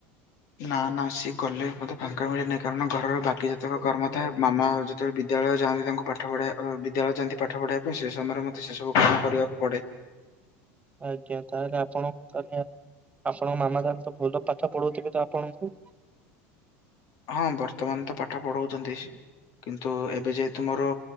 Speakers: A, on the left (about 60°); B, on the right (about 20°).
A: ନା ନା ସିଏ ଗଲେ ମତେ ଫାଙ୍କା ମିଳେ ନାହିଁ କାରଣ ଘର ବାକି ଜେତେକ କରମ ଥାଏ ମାମା ଜ୍ ତେବେ ବିଦ୍ୟାଳୟ ଯାଆନ୍ତି ତାଙ୍କୁ ପାଠ ପଢ଼େଇବା ଅ ବିଦ୍ୟାଳୟ ଯାଆନ୍ତି ପାଠ ପଢ଼େଇବା ପାଇଁ ସେ ସମୟରେ ମତେ ସେ ସବୁ କାମ କରିବାକୁ ପଡ଼େ।
B: ଆଜ୍ଞା ତାହେଲେ ଆପଣଙ୍କୁ ତାହେଲେ ଆପଣଙ୍କ ମାମା ତାହାଲେ ତ ଭଲ ପାଠ ପଢ଼ଉଥିବେ ତ ଆପଣଙ୍କୁ?
A: ହଁ ବର୍ତ୍ତମାନ ତ ପାଠ ପଢ଼ଉଛନ୍ତି କିନ୍ତୁ ଏବେ ଯେହେତୁ ମୋର